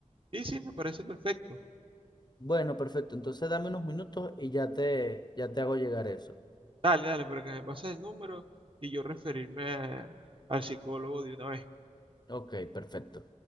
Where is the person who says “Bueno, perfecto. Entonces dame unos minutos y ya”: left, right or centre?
Left